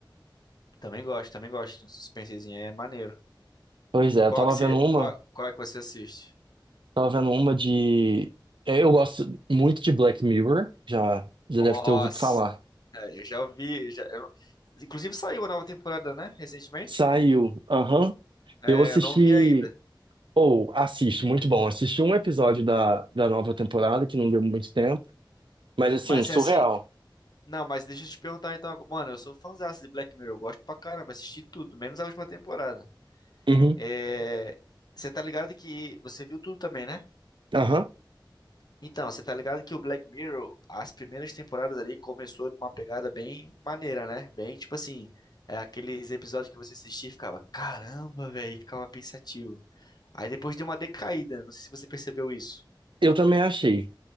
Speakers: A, on the left; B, on the right.
A: também gosto, também gosto de um suspensezinho, aí, é maneiro.
B: Pois é, eu
A: Qual
B: tava
A: que
B: vendo
A: você,
B: uma,
A: qual, qual é que você assiste?
B: tava vendo uma de... é, Eu gosto muito de Black Mirror, já, já
A: Nossa!
B: deve ter ouvido falar.
A: É, eu já ouvi. Já, eu não- Inclusive saiu a nova temporada, né? Recentemente.
B: Saiu. Aham.
A: É,
B: Eu assisti.
A: eu não vi ainda.
B: Ou assisto, muito bom. Assisti um episódio da, da nova temporada, que não deu muito tempo. Mas assim,
A: Mas
B: surreal.
A: é assim. Não, mas deixa eu te perguntar então. Mano, eu sou fãzaço de Black Mirror. Eu gosto pra caramba. Assisti tudo, menos a última temporada.
B: Uhum.
A: É, você tá ligado que. Você viu tudo também, né?
B: Aham.
A: Então, você tá ligado que o Black Mirror, as primeiras temporadas ali, começou numa pegada bem maneira, né? Bem, tipo assim. É aqueles episódios que você assistia e ficava, caramba, velho, ficava pensativo. Aí depois deu uma decaída, não sei se você percebeu isso.
B: Eu também achei.